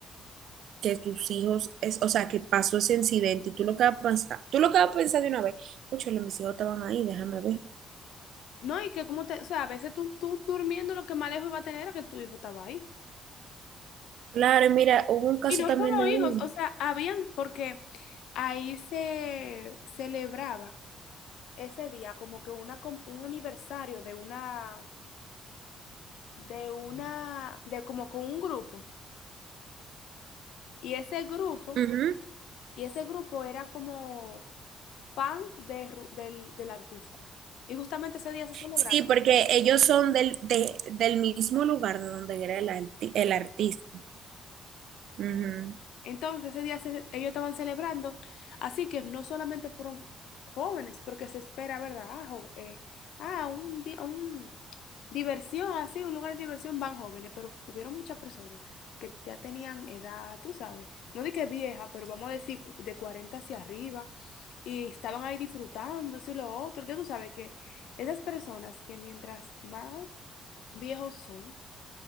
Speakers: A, on the right; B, on the left.
A: que tus hijos, es, o sea, que pasó ese incidente y tú lo que vas a pensar, tú lo que vas a pensar de una vez, cóchale, mis hijos estaban ahí, déjame ver.
B: No, y que como te... O sea, a veces tú, tú durmiendo lo que más lejos iba a tener era que tu hijo estaba ahí.
A: Claro, y mira, hubo un caso
B: Y no
A: también
B: solo
A: de uno.
B: hijos, o sea, habían, porque ahí se celebraba ese día como que una, com- un aniversario de una de una, de como con un grupo. Y ese grupo,
A: Ujú.
B: y ese grupo era como fan de, Ru- del, del artista. Y justamente ese día se celebraba.
A: Sí, porque ellos son del, de- del mismo lugar de donde era el, arti- el artista. Ujú,
B: Entonces, ese día se- ellos estaban celebrando, así que no solamente fueron jóvenes, porque se espera, ¿verdad? Ah, jo- eh, ah, un, di- un diversión, así, un lugar de diversión van jóvenes, pero hubieron muchas personas que ya tenían edad, tú sabes, no de que vieja, pero vamos a decir cu- de 40 hacia arriba, y estaban ahí disfrutando, eso y lo otro. Ya tú sabes que esas personas que mientras más viejos son,